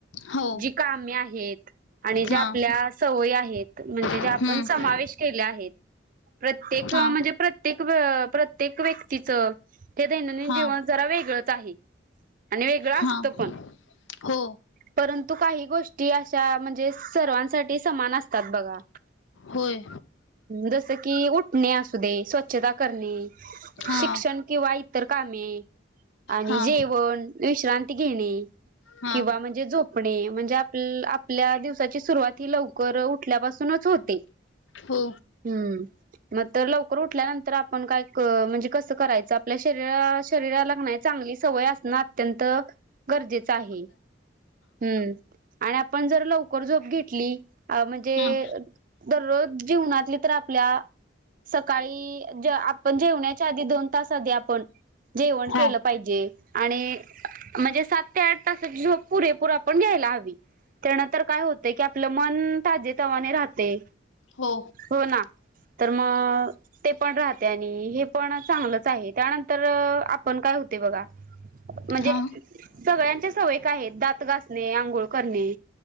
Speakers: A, on the left; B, on the right.
A: हो
B: जी कामी आहेत आणि ज्या
A: हा
B: आपल्या सवयी आहेत म्हणजे ज्या
A: हम्म
B: आपण समावेश केल्या आहेत. प्रत्येक म्हणजे
A: हा
B: प्रत्येक व प्रत्येक व्यक्तीचं ते दैनंदिन
A: हा
B: जीवन जरा वेगळंच आहे. आणि वेगळं असतं
A: हा
B: पण.
A: हो
B: परंतु काही गोष्टी अशा म्हणजे सर्वांसाठी समान असतात बघा.
A: होय.
B: जसं कि उठणे असू दे स्वच्छता करणे
A: हा
B: शिक्षण किंवा इतर कामे आणि
A: हा
B: जेवण विश्रांती घेणे
A: हा
B: किंवा म्हण जे झोपणे म्हणजे आप आपल्या दिवसाची सुरुवात ही लवकर उठल्यापासूनच होते.
A: हो.
B: हम्म. मग तर लवकर उठल्यानंतर आपण काय क म्हणजे कसं करायचं आपल्या शरीरा शरीराला क नाय चांगली सवय असणं अत्यंत गरजेचं आहे हम्म. आणि आपण जर लवकर झोप घेतली अ म्हणजे
A: हा
B: दररोज जीवनातली तर आपल्या सकाळी आपण जे जेवण्याच्या आधी दोन तास आधी आपण जेवण
A: हा
B: केलं पाहिजे. आणि म्हणजे सात ते आठ तासाची झोप पुरेपूर आपण घ्यायला हवी. त्यानंतर काय होतं की आपलं मन ताजे तवाने राहते.
A: हो.
B: हो ना. तर म ते पण राहते आणि हे पण चांगलंच आहे त्यानंतर आपण काय होते बघा म्हणजे
A: हा
B: सगळ्यांच्या सवय काय आहेत दात घासणे आंघोळ करणे